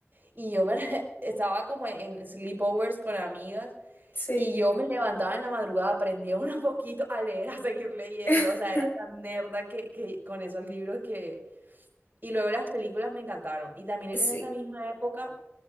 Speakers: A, on the right; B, on the left.
A: y yo me re- <laughs> estaba como en sleepovers con amigas,
B: Sí.
A: y yo me levantaba en la madrugada, aprendía un <laughs> poquito a leer, a seguir leyendo,
B: <laughs>
A: o sea, era tan nerda que, que con esos libros que y luego las películas me encantaron. Y también
B: Sí.
A: era en esa misma época,